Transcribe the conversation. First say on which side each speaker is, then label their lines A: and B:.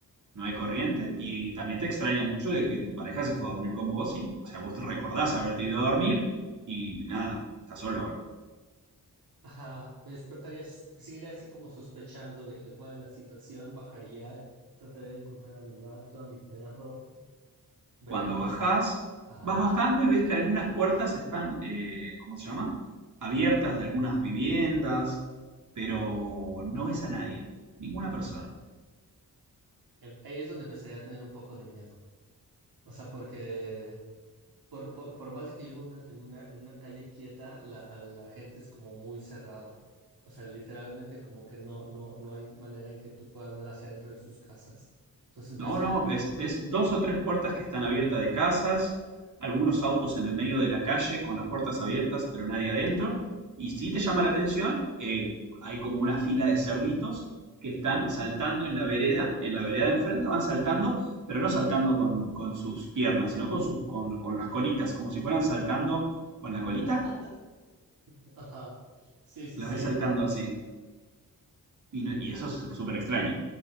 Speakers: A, on the right; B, on the right.
A: no hay corriente. Y también te extraña mucho de que tu pareja se fue a dormir con vos y, o sea, vos te recordás haberte ido a dormir y nada, estás solo ahora.
B: Ajá, me despertarías, seguirías como sospechando de, de cuál es la situación, bajaría, trataría de encontrar a mi gato, a mi perro, vería
A: Cuando
B: cómo
A: bajás,
B: es. Ajá,
A: vas bajando y ves que algunas puertas están, eh, ¿cómo se llama? Abiertas de algunas viviendas, pero no ves a nadie, ninguna persona.
B: Em- ahí es donde empezaría a tener un poco de miedo. O sea, porque por, por, por más de que vivo en una, en una, en una calle quieta, la, a la gente es como muy cerrada. O sea, literalmente como que no, no, no hay manera en que tú puedas ver hacia adentro de sus casas. Entonces empezaría...
A: No, no, ves, ves dos o tres puertas que están abiertas de casas, algunos autos en el medio de la calle con las puertas abiertas pero nadie adentro. Y si te llama la atención, eh, hay como una fila de cerditos que están saltando en la vereda, en la vereda de enfrente van saltando, pero no saltando con, con sus piernas, sino con sus, con, con las colitas, como si fueran saltando con la colita.
B: <laughs> Ajá, sí, sí,
A: Los
B: sí.
A: ves saltando así. Y, no- y eso es súper extraño.